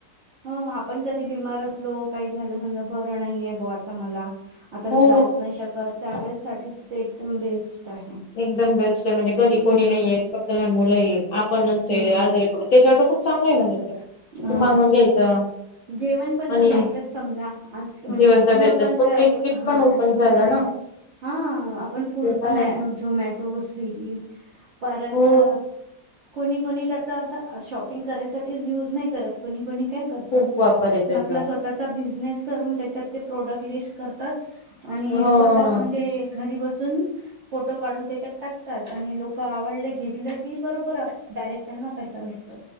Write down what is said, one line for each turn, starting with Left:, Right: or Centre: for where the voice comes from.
Right: हो आपण कधी बिमार असलो. काही झालं. समजा, बरं नाहीे ब आता मला आता
Left: हो
Right: मी जाऊच नाही शकत. त्यावेळेससाठी तिथे एकदम बेस्ट आहे.
Left: एकदम बेस्टय. म्हणजे घरी
Right: हम्म
Left: कोणी नाहीये. फक्त लहान मुलंये. आपण नच ते
Right: हम्म
Left: आजारी पडल. त्याच्यावर त खूप चांगलंय म्हणजे ते.
Right: हा
Left: ते मागवून घ्यायचं
Right: जेवण पणत
Left: आणि
Right: भेटतच समजा. आज म्हणजे
Left: जेवण तर
Right: फूड
Left: भेटतच
Right: पण त्या
Left: ब्लिंकिट
Right: ऑटो हा
Left: पण ओपन
Right: फूड
Left: झालं ना
Right: हा. आपण फूड
Left: ते काय
Right: पण अ झोमॅटो, स्विगी परत
Left: हो
Right: कोणी - कोणी त्याचा असा, शॉपिंग करायसाठीच युज नाही करत. कोणी- कोणी काय करतो.
Left: खूप वापर आहे त्याचा
Right: आपल्या स्वत चा बिझनेस करून, त्याच्यात ते प्रोडक्ट लिस्ट करतात. आणि
Left: हो
Right: स्वतः म्हणजे घरी बसून फोटो काढून त्याच्यात टाकतात. आणि लोक आवडले, घेतलं की, बरोबर आप डायरेक्ट त्यांना पैसा भेटतो.